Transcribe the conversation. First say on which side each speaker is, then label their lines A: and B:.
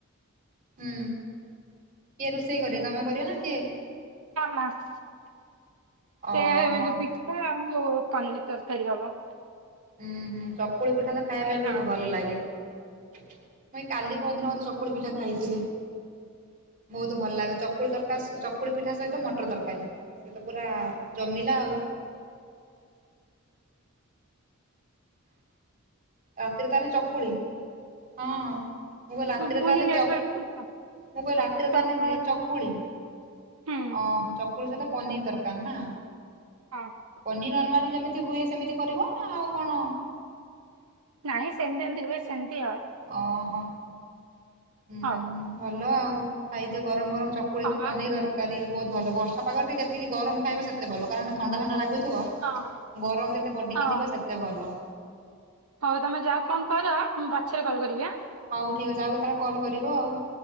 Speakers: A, on the right; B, on the right.
A: ହୁଁ। କିଏ ରୋଷେଇ କରିଏ ତମେ କରିବ ନା
B: <unintelligible>
A: କିଏ?
B: <unintelligible> ପନିର
A: ଓହୋ
B: ତରକାରୀ ହବ।
A: ହୁଁ ହୁଁ ଚକୁଳି ପିଠା ତ ଖାଇବା ପାଇଁ
B: ଏଇଆ
A: ବହୁତ ଭଲ ଲାଗେ। ମୁଏଇ କାଲି ପରଦିନ ବୋଧେ ଚକୁଳି ପିଠା ଖାଇଥିଲି। ବହୁତ ଭଲ ଲାଗେ, ଚକୁଳି ତରକା ଚକୁଳି ପିଠା ସହିତ ମଟର ତରକାରୀ। ସେ ତ ପୁରା ଜମିଲା ଆଉ। ରାତିରେ ତାହେଲେ ଚକୁଳି, ହଁ ମୁଁ କହିଲ ରାତିରେ
B: ଶୁଭୁନି
A: ତାହେଲେ
B: ନେଟୱାର୍କ
A: ଚ ମୁଁ
B: ତ
A: କହିଲି ରାତିରେ
B: ଚକୁଳି
A: ତାନେ କଣ ଚକୁଳି
B: ହୁଁ
A: ଅହୋ ଚକୁ କୁଳି ସହିତ ପନିର ତରକାର ନା।
B: ହଁ।
A: ପନିର ନର୍ମାଲ ଯେମିତି ହୁଏ ସେମିତି କରିବ ନା ଆଉ କଣ
B: ନାଇଁ ସେମିତି ଏମତି ହୁଏ ସେମତି ଆ।
A: ଓହୋ ହୁଁ,
B: ହଉ
A: ଭଲ ଆଉ ଖାଇଦିଅ ଗରମ ଗରମ ଚ କୁଳିକି
B: ହଁ ବା
A: ପନିର ତରକାରୀ ବହୁତ ଭଲ ବର୍ଷା ପାଗଟି ଯେତିକି ଗରମ ଖାଇବ ସେତେ ଭଲ କାରଣ ଥଣ୍ଡା ଥଣ୍ଡା ଲାଗୁଥିବ
B: ହଁ
A: ଗରମ ଯେତେ ବଡିକି
B: ହଁ
A: ଯିବ ସେତେ ଭଲ।
B: ହଉ ତମେ ଯାଅ କଣ କର ମୁଁ ପଛରେ କଲ୍ କରିବି ଆ।
A: ହଉ ଠିକ୍ ଅଛି ଆଉ କେତେବେଳେ କଲ୍ କରିବ ଆଉ